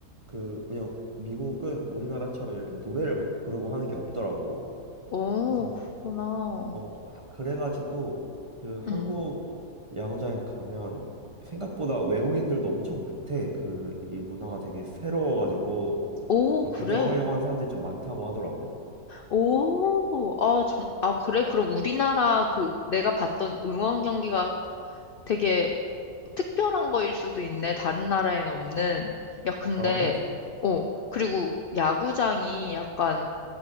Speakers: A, on the right; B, on the left.
A: 그 그냥 미국은 우리나라처럼 이렇게 노래를 막 부르고 하는 게 없더라고.
B: 오,
A: 그래서
B: 그렇구나.
A: 어 하- 그래가지고 그 한국
B: 응.
A: 야구장에 가면 생각보다 외국인들도 엄청 많대. 그 이 문화가 되게 새로워가지고
B: 오,
A: 그걸
B: 그래.
A: 구경하려고 하는 사람들이 좀 많다고 하더라고.
B: 오, 아, 좀, 아, 그래. 그럼 우리나라 그 내가 봤던 응원 경기가 되게 특별한 거일 수도 있네. 다른 나라엔 없는. 야, 근데,
A: 어, 그치, 그치.
B: 어, 그리고 야구장이 약간